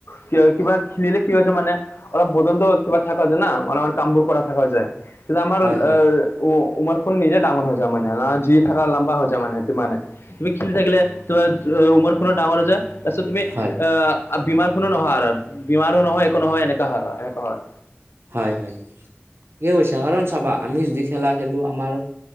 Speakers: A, on the left (about 80°); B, on the right (about 75°).
A: কি কিবাক খেলিলে কি হৈছে মানে অলপ বদনটো কিবা থাকা যা না মানুহৰ কামবোৰ কৰা থাকা যায়। কিন্তু আমাৰ
B: হয় হয়
A: আহ উ উমাৰখন নিজে ডাঙৰ হৈ যায় মানে না যি থাকা লম্বা হৈ যায় মানে তিমানে তুমি খেলি থাকিলে তোমাৰ উমৰখনো ডাঙৰ হৈ যায় তাছত তুমি আ
B: হয়
A: আ বিমাৰখনো নহয় আৰৰ বিমাৰো নহয় একো নহয় এনেকুৱা আৰ এনেকুৱা হয়।
B: হয় হয় ইউ হৈছা কাৰণ চাবা আমি যদি খেলা খেলো আমাৰ